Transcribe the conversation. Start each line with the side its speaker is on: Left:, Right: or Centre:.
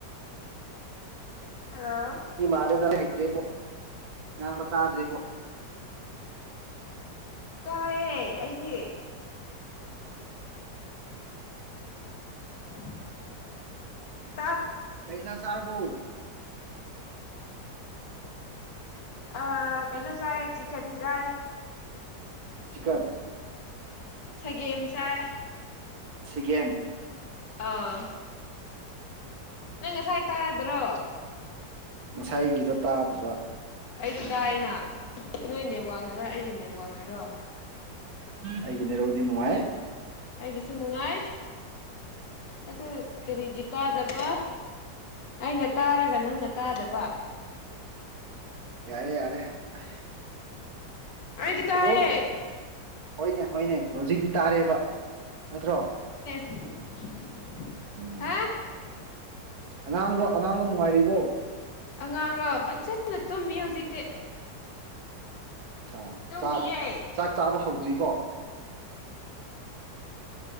Left: ꯍꯜꯂꯣ
Right: ꯃꯥꯂꯦꯗ ꯔꯦꯕꯣ ꯉꯝꯕ ꯇꯥꯗ꯭ꯔꯤꯔꯤꯕꯣ
Left: ꯇꯑꯦ ꯑꯩꯗꯤ <inaudible>
Right: ꯀꯩꯖꯅ ꯁꯔꯨ ꯐꯎ
Left: ꯑ ꯀꯩꯅꯣ ꯆꯥꯏ ꯆꯤꯛꯟ ꯆꯥꯏ
Right: ꯆꯤꯀꯟ
Left: ꯁꯒꯦꯦꯝ ꯆꯑ
Right: ꯁꯤꯀꯤꯦꯝ
Left: ꯑꯥ ꯅꯪꯁꯥꯏꯇ ꯍꯥꯏ꯭ꯔꯣ
Right: ꯉꯁꯥꯏꯒꯤꯗ ꯇꯥꯗꯕ
Left: ꯑꯩꯗꯤ
Right: ꯑꯗꯨꯒꯤꯅꯤꯗ
Left: ꯇꯥꯏꯅ ꯅꯣꯏꯅꯦ ꯋꯥ ꯋꯥꯅꯔ ꯑꯩꯒꯤꯅꯦ ꯋꯥꯡꯅꯔꯣ
Right: ꯑꯩꯒꯤ ꯅꯦꯔꯣꯛꯗꯤ ꯅꯨꯡꯉꯥꯏ
Left: ꯑꯩꯒꯤꯁꯨ ꯅꯨꯡꯉꯥꯏ ꯑꯗꯨ ꯀꯔꯤꯒꯤ ꯇꯥꯗꯕ ꯑꯩꯅ ꯇꯥꯔꯒ ꯅꯪꯅ ꯇꯥꯗꯕ
Right: ꯌꯥꯔꯦ <inaudible>
Left: ꯑꯩꯗꯤ ꯇꯥꯏꯌꯦ
Right: ꯑꯗꯣ ꯍꯣꯏꯅꯦ ꯍꯣꯏꯅꯦ ꯍꯧꯖꯤꯛꯇꯤ ꯇꯥꯔꯦꯕ ꯅꯠꯇ꯭ꯔꯣ
Left: <inaudible>
Right: ꯎꯝ
Left: ꯍꯥ
Right: ꯑꯉꯥꯡꯗꯣ ꯑꯉꯥꯡꯗꯣ ꯅꯨꯡꯉꯥꯏꯔꯤꯕꯣ
Left: ꯑꯉꯥꯡꯔꯣ ꯐꯖꯅ ꯇꯨꯝꯃꯤ ꯍꯧꯖꯤꯛꯇꯤ
Right: ꯑ
Left: ꯇꯨꯝꯃꯤꯌꯦ
Right: ꯆꯥꯛ ꯆꯥꯛ ꯆꯥꯕ ꯍꯧꯗ꯭ꯔꯤꯀꯣ